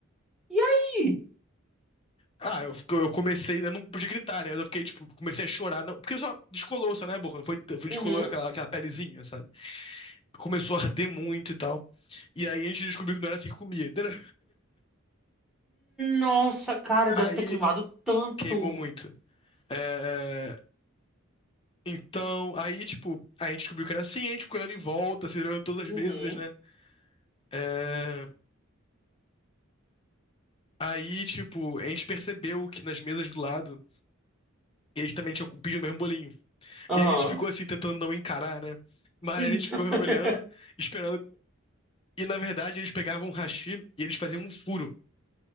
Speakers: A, in the centre; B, on the left.
A: E aí?
B: Ah, eu, fico- eu comecei, eu não podia gritar, né? Mas Eu fiquei, tipo, comecei a chorar. Não, porque só descolou, só na minha boca, não foi, foi descolou
A: Uhum,
B: aquela, aquela pelezinha, sabe? começou a arder muito e tal. E aí a gente descobriu que não era assim que comia, entendeu?
A: Nossa, cara, deve
B: Aí
A: ter queimado tanto.
B: queimou muito. É, Então, aí, tipo, a gente descobriu que era assim, a gente ficou olhando em volta, se olhando todas as
A: uhum.
B: mesas, né? É, Aí, tipo, a gente percebeu que nas mesas do lado, eles também tinham pedido o mesmo bolinho.
A: Aham.
B: E aí a gente ficou assim, tentando não encarar, né? Mas
A: Sim.
B: a gente
A: <laughs>
B: ficou <laughs> olhando, esperando. E na verdade, eles pegavam um hashi e eles faziam um furo